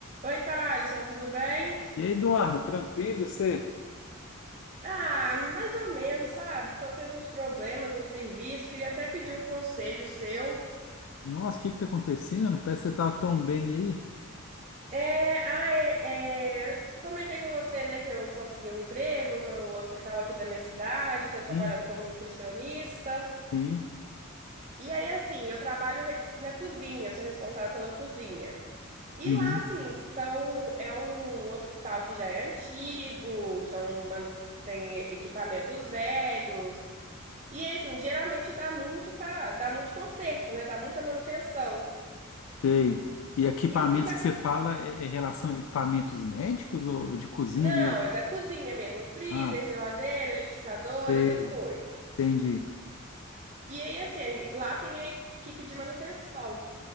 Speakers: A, on the right; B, on the left.
A: Oi, Thalisson, tudo bem?
B: E aí, Eduardo, tranquilo, e você?
A: Ah, mais ou menos, sabe? Tô tendo uns problemas no serviço, queria até pedir um conselho seu.
B: Nossa, o que que tá acontecendo? Parece que você tava tão bem aí.
A: É, ah, é, é, eu comentei com você, né, que eu consegui um emprego no hospital aqui da minha cidade, tô trabalhando
B: Sim,
A: como nutricionista.
B: sim.
A: E aí, assim, eu trabalho re- na cozinha, eu sou responsável pela cozinha. E
B: Uhum,
A: lá, assim, são, é um hospital que já é antigo, são, man- tem equipamentos velhos. E aí, assim, geralmente dá muito tra... dá muito conserto, né? Dá muita manutenção.
B: sei. E equipamentos
A: E o que tá
B: que
A: com...
B: você fala é, é relação a equipamentos médicos ou de cozinha
A: Não,
B: mesmo?
A: é da cozinha mesmo, freezer,
B: Ah,
A: geladeira, liquidificador,
B: sei,
A: essas coisas.
B: entendi.
A: E aí, assim, lá tem a equipe de manutenção.